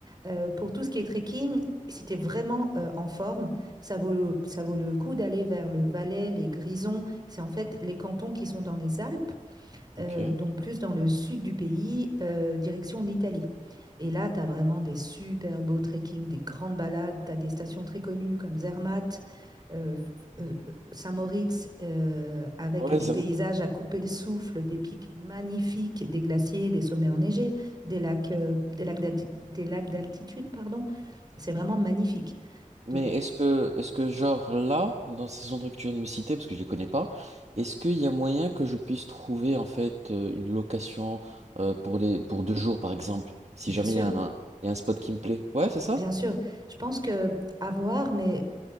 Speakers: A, on the right (about 30°); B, on the right (about 55°).
A: Euh, pour tout ce qui est trekking, si tu es vraiment euh, en forme, ça vaut, ça vaut le coup d'aller vers le Valais, les Grisons. C'est en fait les cantons qui sont dans les Alpes
B: Ok.
A: euh, donc plus dans le sud du pays, euh, direction l'Italie. Et là, tu as vraiment des super beaux trekking, des grandes balades, tu as des stations très connues comme Zermatt, euh, f- euh, Saint-Moritz, euh, avec
B: Ouais,
A: des
B: ça...
A: paysages à couper le souffle, des pics magnifiques, des glaciers, des sommets enneigés, des lacs, euh, des lacs d'alti- des lacs d'altitude, pardon. C'est vraiment magnifique.
B: Mais
A: Donc,
B: est-ce que, est-ce que genre là, dans ces endroits que tu viens de me citer, parce que je les connais pas, est-ce qu'il y a moyen que je puisse trouver en fait euh, une location euh, pour les, pour deux jours par exemple, si
A: bien
B: jamais
A: sûr,
B: il y a un, un- il y a un spot qui me plaît? Ouais, c'est ça?
A: bien sûr, je pense que à voir, mais